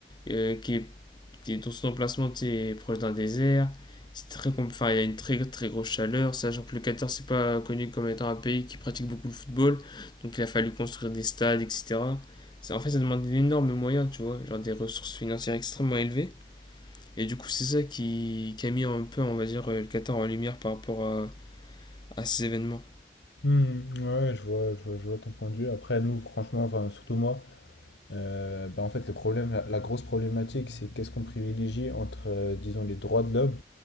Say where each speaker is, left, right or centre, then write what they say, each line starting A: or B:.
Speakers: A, on the left; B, on the left.
A: euh, qui est t'es dans son emplacement, t'es proche d'un désert. C'est très compl- enfin, il y a une très très grosse chaleur, sachant que le Qatar c'est pas connu comme étant un pays qui pratique beaucoup le football, donc il a fallu construire des stades, etc. Ça- en fait, ça demande d'énormes moyens, tu vois, genre des ressources financières extrêmement élevées. Et du coup, c'est ça qui, qui a mis un peu, on va dire, euh, le Qatar en lumière par rapport à, à ces événements.
B: Hmm, ouais, je vois, je vois, je vois ton point de vue. Après, nous, franchement, enfin, surtout moi, euh, bah, en fait, le problème, la, la grosse problématique, c'est qu'est-ce qu'on privilégie entre, euh, disons, les droits de l'homme